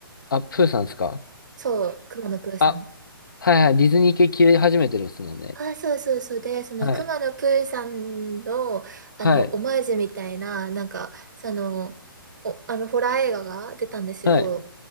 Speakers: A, on the left; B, on the right.
A: あ、プーさんですか
B: そう、熊野プーさん。
A: あ、はいはい。ディズニー系切り始めてるっすもんね。
B: あ、そうそうそう。で、その、
A: はい。
B: 熊野プーさんの、あの、
A: はい。
B: オマージュみたいな、なんか、その、お、あの、ホラー映画が出たんですよ。
A: はい。